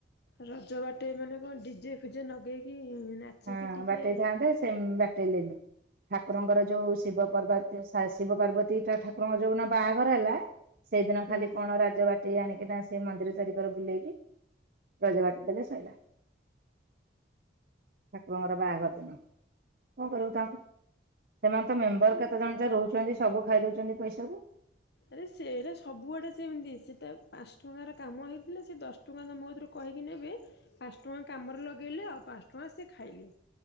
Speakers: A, on the left (about 65°); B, on the right (about 55°).
A: ରଜ ବାଟେ ମାନେ କଣ ଡିଜେ ଫିଜେ ଲଗେଇକି ନାଚିକି
B: ହଁ
A: ଟିକେ
B: ବାଟେଇଥାନ୍ତେ ସେ ବାଟେଇଲିନି ଠାକୁରଙ୍କର ଯୋଉ ଶିବ ପର୍ବତୀୟ ଶିବ ପାର୍ବତୀ ଟ ଠାକୁରଙ୍କ ଯୋଉିନ ବାହାଘର ହେଲା, ସେଇଦିନ
A: ହୁଁ
B: ଖାଲି କଣ ପଜ ବାଟଟି ଆଣିକି ନା ସେ ମନ୍ଦିର ଚାରିକର ବଲେଇକି ରଜ ବାତି ଦେଲେ ସରଲାା ଠାକୁରଙ୍କର ବାହାଘର ଦିନ। କଣ କରିବୁ ତାଙ୍କୁ ସେମାନେ ତ ମେମ୍ବର କେତେ ଜଣ ଯଉ ରହୁଛନ୍ତି ସବୁ ଖାଇ ଦଉଛନ୍ତି ପଇସା କୁ।
A: ଆରେ ସେଇଟା ସବୁଆଡେ ଯେମିତି ସେଇଟା ପାଞ୍ଚ ଟଙ୍କାର କାମ ହେଇଥିଲା ସେ ଦଶ ଟଙ୍କା ତମରେ କହିକି ନେବେ ପାଞ୍ଚ ଟଙ୍କା କାମରେ ଲଗାଇଲେ ଆଉ ପାଞ୍ଚ ଟଙ୍କା ସେ ଖାଇଲେ